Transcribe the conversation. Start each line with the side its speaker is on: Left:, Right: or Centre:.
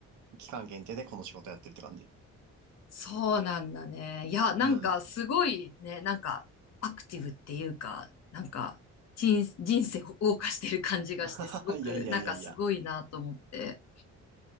Right: 期間限定でこの仕事やってるって感じ。
Left: そうなんだね。いや、なんかすごいね、
Right: うん。
Left: なんかアクティブっていうか、なんか人、人生を謳歌してる感じがして、
Right: <laughs>
Left: すごく、
Right: いやいやいやいや。
Left: なんかすごいなと思って。